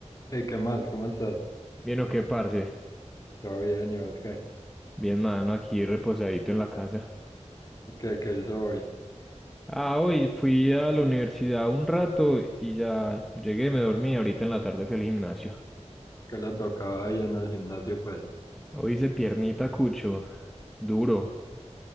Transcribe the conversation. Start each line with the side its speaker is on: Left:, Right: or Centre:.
Left: Hey, ¿qué más? ¿Cómo estás?
Centre: Bien o qué, parce.
Left: ¿Todo bien? ¿Y vos qué?
Centre: Bien, mano, aquí reposadito en la casa.
Left: ¿Qué, qué hizo hoy?
Centre: Ah, hoy fui a la universidad un rato y ya llegué, me dormí. Ahorita en la tarde fui al gimnasio.
Left: ¿Qué le tocaba ahí en el gimnasio? Pues
Centre: Hoy hice piernita cucho. Duro.